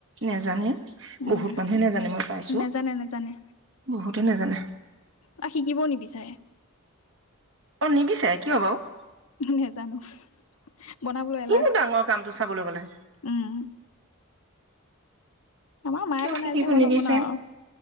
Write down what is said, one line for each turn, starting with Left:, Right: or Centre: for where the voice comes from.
Right: নেজানে
Left: উম,
Right: বহুত মানুহে নাজানে মই পাইছো
Left: নেজানে নেজানে।
Right: বহুতেই নাজানে।
Left: আৰু শিকিবও নিবিচাৰে।
Right: অ নিবিছাৰে কিয় বাৰু
Left: নেজানো৷ বনাবলৈ এলাহ
Right: কিনো ডাঙৰ কামটো চাবলৈ গলে?
Left: উম, আমাৰ মায়ে
Right: কিয়
Left: বনাই
Right: শিকিব
Left: যে মই
Right: নিবিচাৰে
Left: নবনাও আৰু